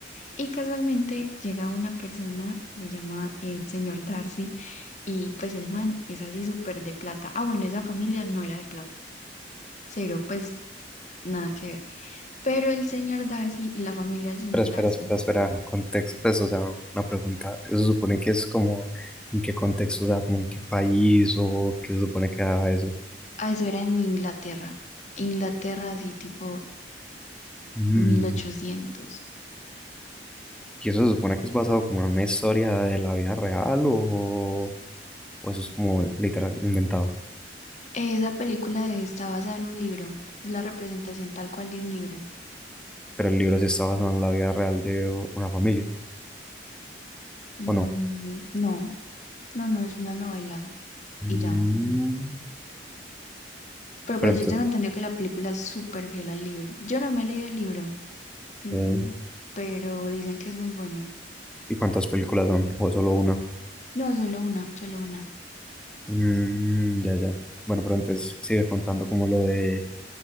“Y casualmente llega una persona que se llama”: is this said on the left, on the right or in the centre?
Left